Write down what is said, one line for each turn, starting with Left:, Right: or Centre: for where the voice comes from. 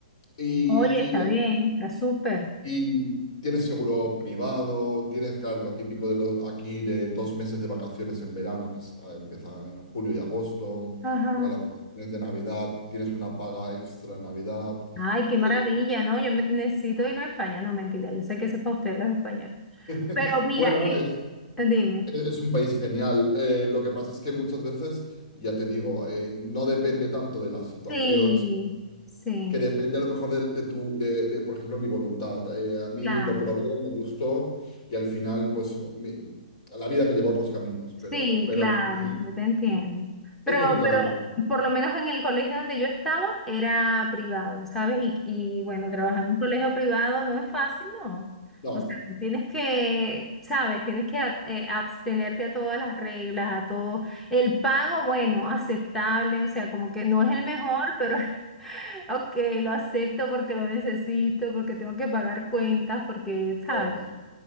Left: Y,
Centre: Oye, está
Left: y la,
Centre: bien, está súper.
Left: Y tienes seguro privado, tienes, claro, lo típico de los, aquí de dos meses de vacaciones en verano, que es- ah, empieza en julio y agosto.
Centre: Ajá.
Left: Luego las vacaciones de Navidad, tienes una paga extra en Navidad.
Centre: Ay, qué maravilla,
Left: Eh,
Centre: ¿no? Yo me- necesito irme a España, no mentira, yo sé que eso es para ustedes los españoles.
Left: <laughs>
Centre: Pero mira,
Left: Bueno,
Centre: eh,
Left: es,
Centre: dime,
Left: es un país genial. Eh, lo que pasa es que muchas veces, ya te digo, eh, no depende tanto de la situación.
Centre: sí, sí,
Left: que depende a lo mejor de, de tu, de, de, por ejemplo, mi voluntad. Eh, a mí
Centre: claro.
Left: lo probé, me gustó y al final, pues, mi- la vida me llevó a otros caminos, pero,
Centre: Sí,
Left: pero
Centre: claro,
Left: sí,
Centre: yo te entiendo. Pero,
Left: es bonito
Centre: pero
Left: lo...
Centre: por lo menos en el colegio donde yo estaba era privado, ¿sabes? Y, y bueno, trabajar en un colegio privado no es fácil, ¿no?
Left: No,
Centre: O sea, tú tienes que, ¿sabes? Tienes que ab- eh, abstenerte a todas las reglas, a todo. El pago, bueno, aceptable, o sea, como que no es el mejor, pero <laughs> ok, lo acepto porque lo necesito, porque tengo que pagar cuentas, porque, ¿sabes?
Left: obvio.